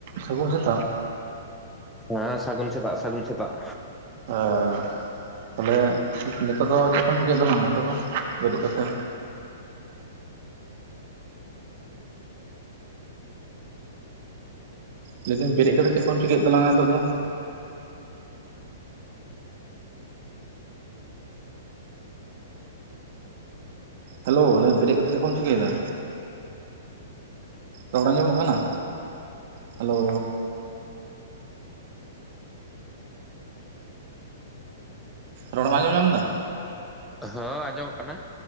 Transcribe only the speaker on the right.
ᱥᱟᱹᱜᱩᱱ ᱥᱮᱛᱟᱜ
ᱦᱮᱸ ᱛᱟᱦᱞᱮ ᱱᱮᱛᱟᱨ ᱫᱚ ᱪᱮᱫ ᱠᱚᱢ ᱪᱤᱠᱟᱹᱭᱮᱫ ᱛᱟᱞᱟᱝ ᱼᱟ ᱱᱤᱛᱚᱜ ᱫᱚ ᱵᱮᱨᱮᱫ ᱠᱟᱛᱮ? ᱞᱟᱹᱭᱮ ᱫᱟᱹᱧ ᱵᱮᱨᱮᱫ ᱠᱟᱛᱮᱫ ᱪᱮᱫ ᱠᱚᱢ ᱪᱤᱠᱟᱹᱭᱮᱫ ᱛᱟᱞᱟᱝᱟ ᱱᱤᱛᱚᱜ ᱫᱚ? ᱦᱮᱞᱳ ᱞᱟᱹᱭ ᱫᱟᱹᱧ ᱵᱮᱨᱮᱫ ᱠᱟᱛᱮ ᱪᱮᱫ ᱠᱚᱢ ᱪᱤᱠᱟᱹᱭᱮᱫᱟ? ᱨᱚᱲ ᱟᱸᱡᱚᱢᱚᱜ ᱠᱟᱱᱟ ᱦᱮᱞᱳ᱾ ᱨᱚᱲᱮᱢ ᱟᱸᱡᱚᱢ ᱧᱟᱢ ᱟᱫᱟ᱾